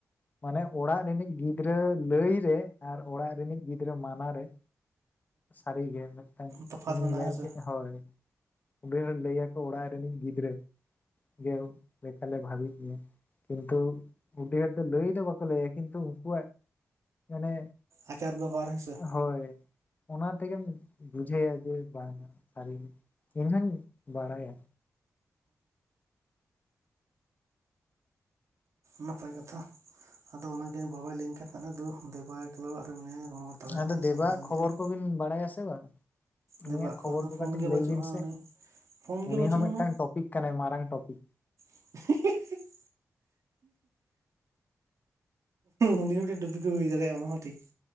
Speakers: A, on the left; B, on the right.
A: ᱢᱟᱱᱮ ᱚᱲᱟᱜ ᱨᱤᱱᱤᱡ ᱜᱤᱯᱷ ᱜᱤᱫᱽᱨᱟᱹ ᱞᱟᱹᱭᱨᱮ ᱟᱨ ᱚᱲᱟᱜ ᱨᱤᱱᱤᱡ ᱜᱤᱫᱽᱨᱟᱹ ᱢᱟᱱᱟᱨᱮ ᱥᱟᱹᱨᱤᱜᱮ ᱢᱤᱫᱴᱟᱝ
B: ᱛᱚᱯᱷᱟᱛ
A: ᱤᱧ
B: ᱢᱮᱱᱟᱜᱼᱟ
A: ᱧᱮᱞ
B: ᱦᱮᱸᱥᱮ
A: ᱠᱮᱫᱼᱟ ᱦᱳᱭ ᱩᱱᱤ ᱮ ᱞᱟᱹᱭ ᱟᱠᱚ ᱚᱲᱟᱜ ᱨᱤᱱᱤᱡ ᱜᱤᱫᱽᱨᱟᱹ ᱡᱮ ᱞᱮᱠᱟᱞᱮ ᱵᱷᱟᱜᱮ ᱠᱮᱭᱟ ᱠᱤᱱᱛᱩ ᱵᱩᱰᱤ ᱦᱚᱲ ᱫᱚ ᱰᱟᱹᱦᱤ ᱫᱚ ᱵᱟᱠᱚ ᱞᱟᱹᱭᱭᱟ ᱠᱤᱱᱛᱩ ᱩᱱᱠᱩᱣᱟᱜ ᱢᱟᱱᱮ
B: ᱟᱪᱟᱨ ᱵᱮᱵᱚᱦᱟᱨ ᱦᱮᱸ ᱥᱮ
A: ᱦᱳᱭ ᱚᱱᱟ ᱛᱮᱜᱮᱢ ᱵᱩᱡᱷᱟᱹᱭᱟ ᱡᱮ ᱵᱟᱝ-ᱟ ᱥᱟᱹᱨᱤᱜᱮ ᱤᱧᱦᱩᱧ ᱵᱟᱲᱟᱭᱟ
B: ᱱᱟᱯᱟᱭ ᱠᱟᱛᱷᱟ ᱟᱫᱚ ᱚᱱᱟᱜᱮ ᱵᱟᱵᱟᱭ ᱞᱟᱹᱭᱟᱹᱧ ᱠᱟᱱ ᱫᱩ ᱫᱮᱵᱟ ᱮᱠᱞᱟ ᱚᱲᱟᱜ ᱨᱮ ᱢᱮᱱᱟᱭᱟ ᱜᱚᱲᱚ ᱦᱟᱛᱟᱲᱟᱭ
A: ᱟᱫᱚ
B: ᱢᱮ
A: ᱫᱮᱵᱟᱟᱜ
B: ᱪᱟᱞᱟᱣ ᱞᱮᱱ
A: ᱠᱷᱚᱵᱚᱨ
B: ᱜᱮᱞᱤᱧ
A: ᱠᱚᱵᱤᱱ ᱵᱟᱲᱟᱭᱟᱥᱮ ᱵᱟᱝ-ᱟ
B: ᱫᱮᱵᱟᱜ
A: ᱩᱱᱤᱭᱟᱜ ᱠᱷᱚᱵᱚᱨ
B: ᱫᱚ
A: ᱠᱚ
B: ᱯᱷᱳᱱ
A: ᱠᱟᱹᱴᱤᱡ
B: ᱜᱮ
A: ᱞᱟᱹᱭ
B: ᱵᱟᱹᱪᱩᱜᱼᱟ
A: ᱵᱤᱱ ᱥᱮ
B: ᱩᱱᱤ ᱯᱷᱳᱱ ᱜᱮ
A: ᱩᱱᱤ
B: ᱵᱟᱹᱪᱩᱜ
A: ᱦᱚᱸ ᱢᱤᱫᱴᱟᱝ
B: ᱟᱱᱟ
A: ᱴᱚᱯᱤᱠ ᱠᱟᱱᱟᱭ ᱢᱟᱨᱟᱝ ᱴᱚᱯᱤᱠ
B: <inaudible> ᱩᱱᱤ ᱦᱚᱸ ᱢᱤᱫᱴᱮᱱ ᱰᱩᱵᱤ ᱠᱚ ᱦᱩᱭ ᱫᱟᱲᱮᱭᱟᱜᱼᱟ ᱚᱱᱟ ᱦᱚᱸ ᱴᱷᱤᱠ